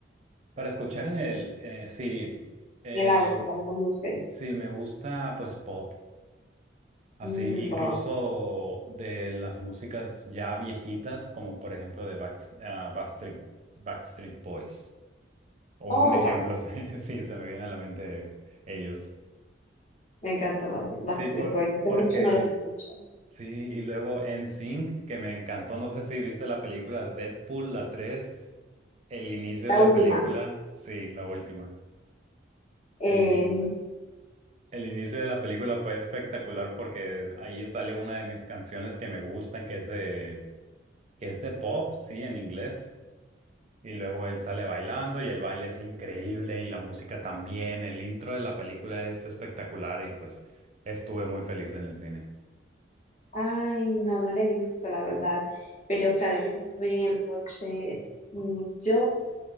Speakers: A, on the right (about 35°); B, on the left (about 40°).
A: Para escuchar en el, eh, sí, eh,
B: En el auto, cuando conduces.
A: sí, me gusta pues pop. Así,
B: Mm,
A: incluso
B: rock.
A: de las músicas ya viejitas, como por ejemplo de Back- ah, Backstreet, Backstreet Boys. O
B: oh,
A: un ejemplo,
B: Backst-
A: <laughs> sí, sí, se me viene a la mente ellos.
B: me encanta Back-
A: Sí,
B: Backstreet
A: por-
B: Boys. Hace
A: porque
B: mucho no los escucho.
A: sí, y luego NSYNC, que me encantó. No sé si viste la película Deadpool, la tres el inicio
B: La
A: de la
B: última.
A: película, sí, la última.
B: Eh,
A: El, ini- el inicio de la película fue espectacular porque ahí sale una de mis canciones que me gustan, que es de que es de pop, sí, en inglés. Y luego él sale bailando y el baile es increíble y la música también. El intro de la película es espectacular y pues estuve muy feliz en el cine.
B: ay, no, no la he visto, la verdad. Pero claro, yo cuando voy en el coche, mm, yo